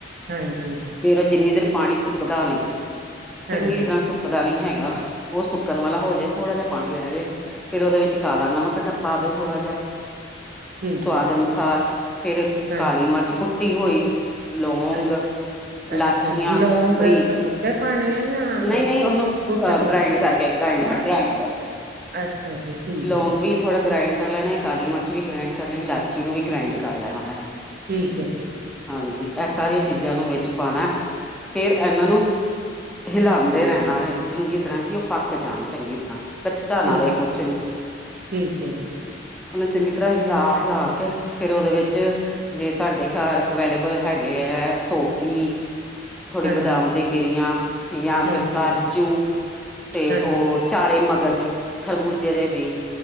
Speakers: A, on the right; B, in the centre.
A: ਹਾਂਜੀ
B: ਫੇਰ ਜਿੰਨੀ ਦੇਰ ਪਾਣੀ ਸੁੱਕਦਾ ਨਈ <inaudible>
A: ਹਾਂਜੀ
B: ਚੰਗੀ ਤਰ੍ਹਾਂ ਸੁੱਕਦਾ ਨਹੀ ਹੈਗਾ, ਉਹ ਸੁੱਕਣ ਵਾਲਾ ਹੋਜੇ ਥੋੜ੍ਹਾ ਜੇਹਾ ਪਾਣੀ ਰੇਹ ਜੇ ਫੇਰ ਉਹਦੇ ਵਿੱਚ ਕਾਲਾ ਨਮਕ ਢਪਾ ਦੋ ਥੋੜ੍ਹਾ ਜੇਹਾ।
A: ਠੀਕ
B: ਸਵਾਦ
A: ਹੈ ਜੀ
B: ਅਨੁਸਾਰ ਫੇਰ
A: ਹਾਂਜੀ
B: ਕਾਲੀ ਮਰਚ ਕੁੱਟੀ ਹੋਈ। ਲੌਂਗ,
A: ਅੱਛਾ
B: ਲਾਂਚੀਆਂ
A: ਅੱਛਾ ਲੌਂਗ
B: ਬਰੀਕ
A: ਸਬੂਤੇ
B: <inaudible>
A: ਪਾਣੇ ਆ ਜਾਂ
B: ਨਈ-ਨਈ ਨੂੰ
A: ਕੁੱਟ
B: ਅਹ
A: ਕੇ
B: ਗਰਾਈਡ ਕਰਕੇ ਗਾਈਂਡ, ਗਰਾਈਡ ਕਰਕੇ
A: ਅੱਛਾ ਜੀ ਠੀਕ
B: <inaudible> ਲੌਗ
A: ਹੈ
B: ਵੀ ਥੋੜਾ ਗ੍ਰਾਇੰਡ ਕਰ ਲੈਣਾ, ਕਾਲੀ ਮਿਰਚ ਵੀ ਗ੍ਰਾਇੰਡ ਕਰ ਲੈਣੀ, ਇਲਾਚੀ ਨੂੰ ਵੀ ਗ੍ਰਾਇੰਡ ਕਰ ਲੈਣਾ ਵੈਂ।
A: ਠੀਕ ਐ ਜੀ।
B: ਹਾਂਜੀ ਏਹ ਸਾਰੀਆਂ ਚੀਜ਼ਾਂ ਨੂੰ ਵਿੱਚ ਪਾਣਾ ਏ ਫੇਰ ਏਹਨਾਂ ਨੂੰ ਹਿਲਾਂਦੇ ਰੇਹਣਾ ਵੇ ਚੰਗੀ ਤਰ੍ਹਾਂ ਕਿ ਉਹ ਪੱਕ ਜਾਣ ਚੰਗੀ ਤਰ੍ਹਾਂ। ਕੱਚਾ ਨਾ
A: ਠੀਕ
B: ਰਏ ਕੁਛ ਵੀ <inaudible>
A: ਠੀਕ ਹੈ ਜੀ
B: ਉਹਨੂੰ ਚੰਗੀ ਤਰ੍ਹਾਂ ਹਿਲਾ-ਹਿਲਾ ਕੇ ਫੇਰ ਉਹਦੇ ਵਿੱਚ ਜੇ ਤੁਆਡੇ ਕਾਰ ਅਵੇਲੇਬਲ ਹੈਗੇ ਐ ਸੋਗੀ ਥੋੜੀ
A: ਹਾਂਜੀ
B: ਬਦਾਮ ਦੀ ਗਿਰੀਆਂ ਯਾ
A: ਹਾਂਜੀ
B: ਫਿਰ ਕਾਜੂ ਤੇ
A: ਹਾਂਜੀ
B: ਉਹ
A: ਹਾਂਜੀ
B: ਚਾਰੇ ਮਗਜ਼ ਖਰਬੂਜੇ ਦੇ ਬੀ